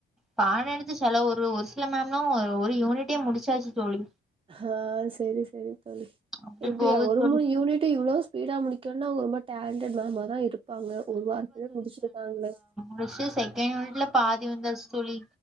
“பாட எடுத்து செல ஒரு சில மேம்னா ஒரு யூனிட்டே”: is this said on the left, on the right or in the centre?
Centre